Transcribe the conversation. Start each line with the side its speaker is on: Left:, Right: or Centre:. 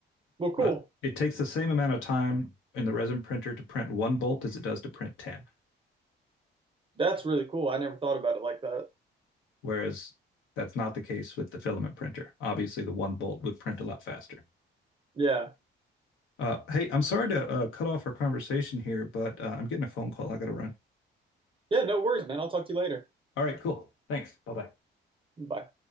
Right: Well, cool.
Left: Uh, it takes the same amount of time in the resin printer to print one bolt as it does to print 10,
Right: That's really cool. I never thought about it like that.
Left: whereas that's not the case with the filament printer. Obviously, the one bolt would print a lot faster.
Right: Yeah.
Left: Uh, hey, I'm sorry to uh, cut off our conversation here, but uh, I'm getting a phone call. I got to run.
Right: Yeah, no worries, man. I'll talk to you later.
Left: All right, cool. Thanks. Bye bye.
Right: Bye.